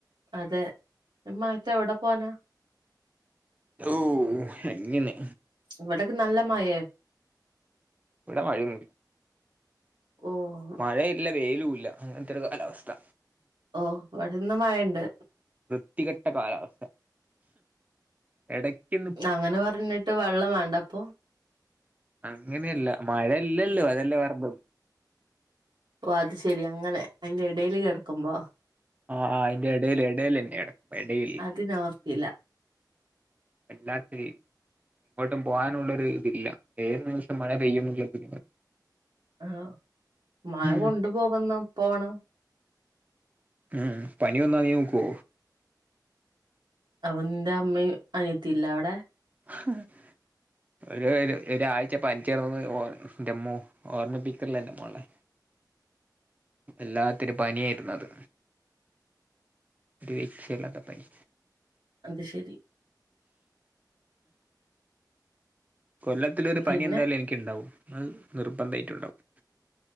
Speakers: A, on the right (about 85°); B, on the right (about 20°).
A: അതെ ഈ മയത്ത് എവിടെ പോവാനാ
B: ഓഹ് അങ്ങനെ
A: ഇവിടൊക്കെ നല്ല മയയാ
B: ഇവിടെ മഴയൊന്നൂല്ല
A: ഓഹ്
B: മഴയില്ല വെയിലൂല്ല അങ്ങനത്തൊരു കാലാവസ്ഥ
A: ഓ ഇവിടിന്ന് മഴയൊണ്ട്
B: വൃത്തികെട്ട കാലാവസ്ഥ എടയ്ക്കി
A: അങ്ങനെ പറഞ്ഞിട്ട് വെള്ളം വേണ്ടപ്പോ
B: അങ്ങനെയല്ല മഴയില്ലല്ലോ അതല്ലേ വെറുതെ
A: ഓ അത്ശെരി അങ്ങനെ അയിന്റെ എടേല് കെടക്കുമ്പോ
B: ആഹ് ആഹ് അയിന്റെ എടേല് എടോലെന്നെ കടക്കുമ്പോ എടയിൽ
A: അതിനോർത്തില്ല
B: വല്ലാത്തൊരീ എങ്ങോട്ടും പോകാനുള്ളൊരു ഇതില്ല ഏതുനിമിഷവും മഴ പെയ്യുംന്നുള്ളാരു
A: ആഹ് മയകൊണ്ടു
B: ഉം
A: പോവുന്ന പോണം
B: ഉം പനി വന്നാ നീ നോക്കോ
A: അവൻ്റെ അമ്മയും അനിയത്തില്ലേവിടെ
B: <unintelligible> ഒരു ഒര ഒരായ്ച പനിച്ച് കിടന്നത് ഓ എൻ്റമ്മോ ഓർമ്മിപ്പിക്കല്ലേ എൻ്റെമോളെ വല്ലാത്തൊരു പനിയാരുന്നു അത് ഒരു രഷേല്ലാത്ത പനി
A: അത് ശെരി
B: കൊല്ലത്തിലൊരു
A: പിന്നെ
B: പനി എന്തായാലും എനിക്കുണ്ടാവും അത് നിർബന്ധായിട്ടുണ്ടാവും